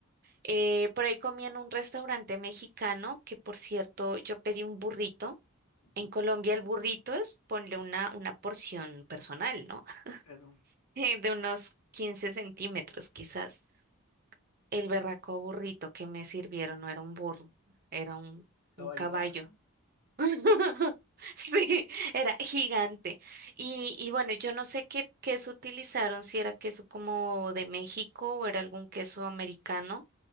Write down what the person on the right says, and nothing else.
Eh, por ahí comí en un restaurante mexicano que, por cierto, yo pedí un burrito.
En Colombia el burrito es ponle una, una porción personal, ¿no?
<laughs> De unos 15 centímetros quizás. El berraco burrito que me sirvieron no era un burro, era un,
un caballo.
<laughs> Sí, era gigante. Y, y bueno, yo no sé qué queso utilizaron, si era queso como de México o era algún queso americano